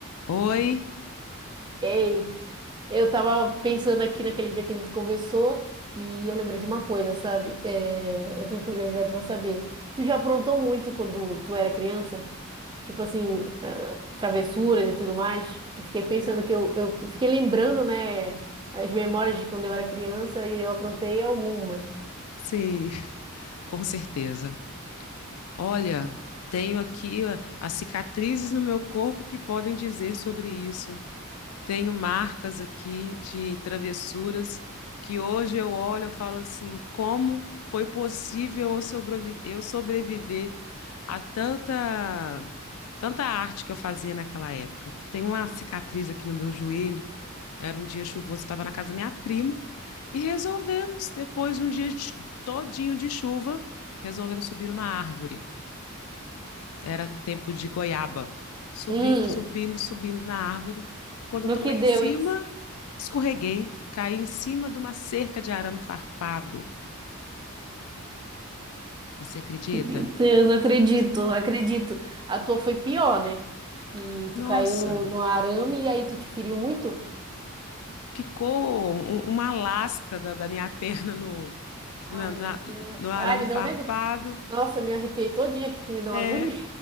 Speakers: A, on the left; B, on the right.
A: Oi,
B: Ei, eu tava pensando aqui naquele dia que a gente conversou e eu lembrei de uma coisa, sabe? É, eu tenho curiosidade pra saber. Tu já aprontou muito quando tu era criança? Tipo assim, ah, travessuras e tudo mais? Eu fiquei pensando que eu, eu fiquei lembrando, né, as memórias de quando eu era criança e eu aprontei algumas.
A: sim, <laughs> com certeza. Olha, tenho aqui ó, as cicatrizes no meu corpo que podem dizer sobre isso. Tenho marcas aqui de travessuras que hoje eu olho e falo assim, como foi possível eu sobrevi- eu sobreviver a tanta tanta arte que eu fazia naquela época? Tenho uma cicatriz aqui no meu joelho Era um dia chuvoso, estava na casa da minha prima e resolvemos, depois de um dia de- todinho de chuva, resolvemos subir uma árvore. Era tempo de goiaba. Subimos,
B: Hum,
A: subimos, subimos na árvore. Quando
B: no
A: eu tô
B: que
A: lá em
B: deu
A: cima,
B: isso?
A: escorreguei, caí em cima de uma cerca de arame farpado. Você acredita?
B: Meu Deus, acredito, acredito. A tua foi pior, né? E
A: Nossa,
B: tu caiu no, no arame e aí tu te feriu muito?
A: ficou um- um, uma lasca da, da minha <laughs> perna no,
B: Ai,
A: na- na-
B: meu Deus.
A: no arame
B: Ai, me
A: farpado.
B: deu um negócio. Nossa, eu me arrepiei todinha aqui que me deu
A: É,
B: uma agonia.